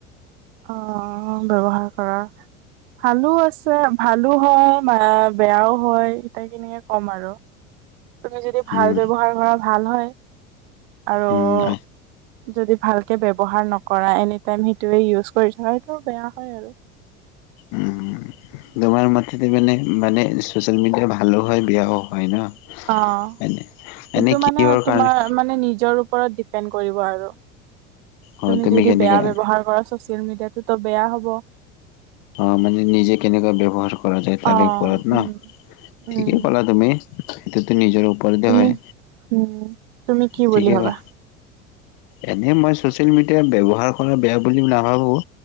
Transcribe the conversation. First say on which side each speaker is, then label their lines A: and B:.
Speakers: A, on the right; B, on the left.
A: অঁ, ব্যৱহাৰ কৰা- ভালো আছে ভালো হয়, বেয়াও হয় এতিয়া কেনেকে ক'ম আৰু! তুমি যদি ভাল
B: উম,
A: ব্যৱহাৰ কৰা ভাল হয় আৰু-
B: উম, নাই
A: যদি ভালকে ব্যৱহাৰ নকৰা এনিটাইম সেইটোৱে ইউজ কৰি থাকা, সেইটো বেয়া হয় আৰু।
B: উম, তোমাৰ মতে মানে মানে ছ'চিয়েল মিডিয়া ভালো হয়, বেয়াও হয় ন?
A: অঁ,
B: এনে। এনে
A: এইটো
B: কিহৰ
A: মানে
B: কাৰণে
A: তোমাৰ মানে নিজৰ ওপৰত ডি- পেণ্ড কৰিব আৰু।
B: অ'
A: তুমি যদি
B: কেনেকে
A: বেয়া ব্যৱহাৰ কৰা- চ'চিয়েল মিডিয়াটোতো বেয়া হ'ব।
B: অ', মানে নিজে কেনেকোৱা ব্যৱহাৰ কৰা যায় তাৰে
A: অ
B: ওপৰত ন,
A: উম উম
B: ঠিকেই ক'লা তুমি। এটোতো নিজৰ ওপৰতে
A: তুমি
B: হয়,
A: উম তুমি কি
B: ঠিকেই
A: বুলি ভাবা
B: ক'লা। এনে মই চছিয়েল মিডিয়া ব্যৱহাৰ কৰা বেয়া বুলি নাভাবোঁ‌,